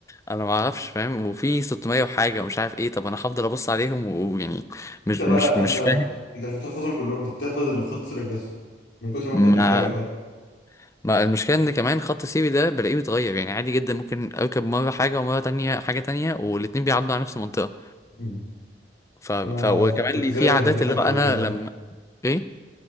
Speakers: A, on the left; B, on the left.
A: انا ما اعرفش فاهم وفي 600 وحاجه ومش عارف ايه طب انا هفضل ابص عليهم و- ويعني مش
B: انت بقى
A: مش مش
B: انت
A: فاهم
B: انت مش بتحفظهم كلهم انت بتحفظ اللي في خط سيرك بس من كتر ما
A: ما
B: انت بتركبه فاهم
A: ما المشكله ان كمان خط سيري ده بلاقيه بيتغير يعني عادي جدا ممكن اركب مره حاجه ومره تانية حاجه تانية والاتنين بيعدوا على نفس المنطقه
B: م.
A: ف... ف...
B: انا
A: وكمان
B: كنت
A: لي
B: زيك
A: في عادات
B: لما جيت
A: اللي
B: اركب
A: هو انا
B: الكلام
A: لما
B: ده
A: ايه